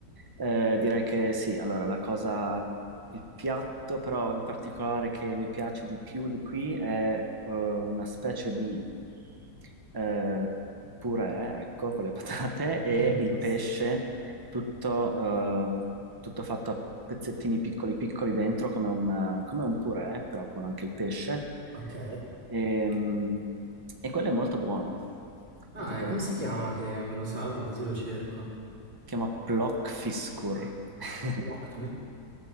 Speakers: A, on the right (about 15°); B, on the right (about 75°).
A: Eh, direi che sì, allora la cosa, il piatto però in particolare che mi piace di più di qui è eh, una specie di eh, purè, ecco, con le <laughs> patate e
B: <laughs>
A: il pesce tutto, eh, tutto fatto a pezzettini piccoli piccoli dentro, come un, come un purè, però con anche il pesce.
B: Ok.
A: E, mm, e quello è molto buono. È
B: Ah,
A: tipo
B: e come
A: un...
B: si
A: si
B: chiama che me lo salvo così lo cerco?
A: chiama Plock Fiskur. <laughs>
B: لوك